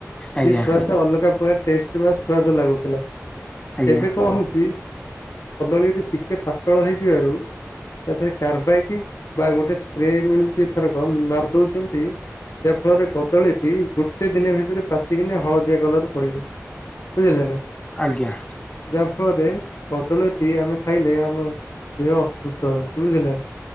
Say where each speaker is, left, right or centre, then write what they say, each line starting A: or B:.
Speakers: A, on the left (about 70°); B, on the left (about 20°).
A: ସେିଏ
B: ଆଜ୍ଞା
A: ଶଆ ତ ଅଲଗା ପରେ। ସ୍ାଦ ଲାଗୁଥିଲା।
B: ଆଜ୍ଞା
A: ଏବେ କଣ ହଉଛି। କଦଳୀରେ ଟିକେ ପାାତଳ ହେଇଯିବାରୁ ତାରେ କାର୍ବାଇ ବା ଗୋଟେ ସ୍ପ୍ରେ ମିଳୁଛିଥରକ ମାରିଦଉଛନ୍ତି ଯାହା ଫଳରେ କଦଳୀଟି ଗୋଟେ ଦିନ ଭିତରେ ପାଚିକନାି ହଳଦିଆ କଲର ପଡିଯାଉଛି ବୁଝିଲେ ନା।
B: ଆଜ୍ଞା।
A: ଯାହା ଫଳରେ କଦଳୀଟି ଆମେ ଖାଇଲେ ଆମ ଦେହ ଅସୁସ୍ଥ ରଉଛି ବୁଝିଲ।